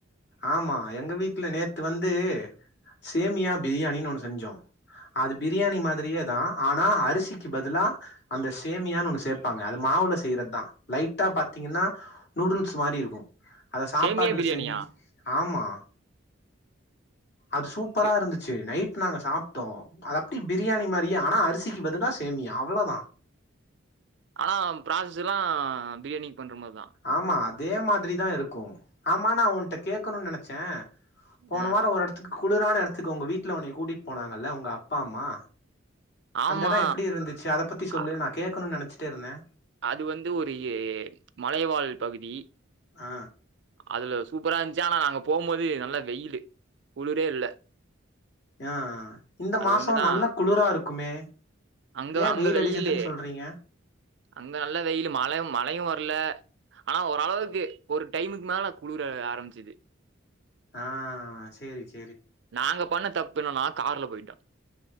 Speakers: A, on the left; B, on the right.
A: ஆமா எங்க வீட்டுல நேத்து வந்து சேமியா பிரியாணின்னு ஒண்ணு செஞ்சோம் அது பிரியாணி மாதிரியே தான் ஆனா அரிசிக்கு பதிலா அந்த சேமியான்னு ஒண்ணு சேர்பாங்க அது மாவுல செய்யறதுதான் லைட்டா பாத்தீங்கன்னா நூடுல்ஸ் மாரி இருக்கும் அத சாப்பாடுல
B: சேமியா பிரியாணியா?
A: செஞ்சு ஆமா அது சூப்பரா
B: டு
A: இருந்துச்சு நைட் நாங்க சாப்பிட்டோம் அது அப்படி பிரியாணி மாறியே ஆனா அரிசிக்கு பதிலா சேமியா அவ்வளதான்
B: ஆனா ப்ராசஸ் எல்லாம் பிரியாணி பண்றமார்தான்
A: ஆமா அதே மாதிரி தான் இருக்கும் ஆமா நா உன்கிட்ட கேட்கணும்னு நினைச்சேன் போன
B: அ
A: வாரோம் ஒரு இடத்துக்கு குளிரான இடத்துக்கு உங்க வீட்டுல உன்னைய கூட்டிட்டு போனாங்கல்ல உங்க அப்பா அம்மா
B: ஆமா.
A: அந்த இடம் எப்படி இருந்துச்சு அத பத்தி சொல்லு
B: அ
A: நான கேட்கணுன்னு நெனச் ட்டு இருந்தே
B: அது வந்து ஒரு ஏ மலைவாழ் பகுதி
A: ஆ
B: அதுல சூப்பரா இருந்துச்சி ஆனா நாங்க போம்போது நல்ல வெயிலு குளுரே இல்ல
A: ஆ இந்த
B: அது
A: மாசோ
B: ஒண்ணுதா
A: நல்லா குளிரா இருக்குமே
B: அங்க
A: ஏ
B: அங்க
A: வெயில்
B: வெயிலு
A: அடிச்சதுன்னு சொல்றீங்க
B: அங்க நல்ல வெயிலு மழயு மழையு வரல ஆனா ஓரளவுக்கு ஒரு டைமுக்கு மேல குளுர ஆரம்பிச்சிது
A: ஆ சேரி சே
B: நாங்க பண்ண தப்புன்னனா கார்ல போயிட்டோ